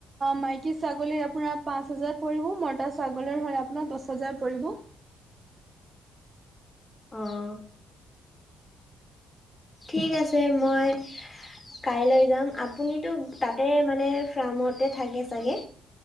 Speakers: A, on the right; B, on the left.
A: মাইকী ছাগলীৰ আপোনাৰ পাঁচ হাজাৰ পৰিব, মতা ছাগলীৰ হ'লে আপোনাৰ দহ হাজাৰ পৰিব।
B: অঁ। ঠিক আছে মই কাইলৈ যাম আপুনিতো। তাতে মানে ফ্ৰামতে থাকে চাগে।